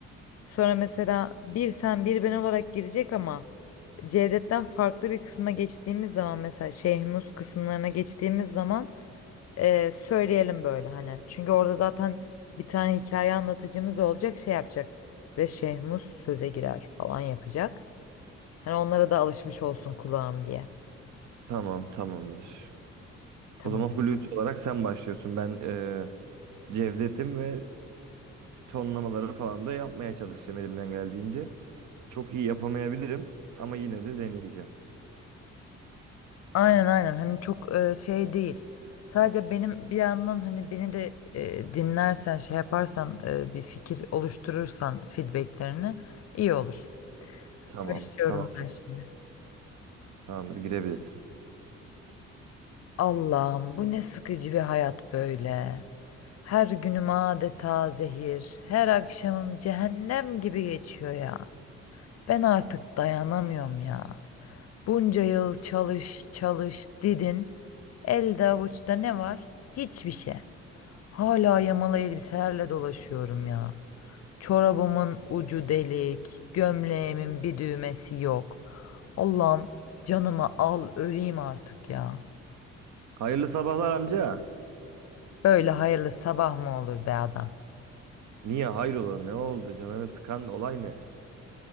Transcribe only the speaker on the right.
Tamam tamamdır.
O zaman Hulusi olarak sen başlıyorsun. Ben eee, Cevdet'im ve tonlamaları falan da yapmaya çalışacağım elimden geldiğince. Çok iyi yapamayabilirim ama yine de deneyeceğim.
Tamam
tamamdır.
Tamamdır girebilirsin.
Hayırlı sabahlar amca.
Niye hayrola ne oldu canını sıkan olay ne?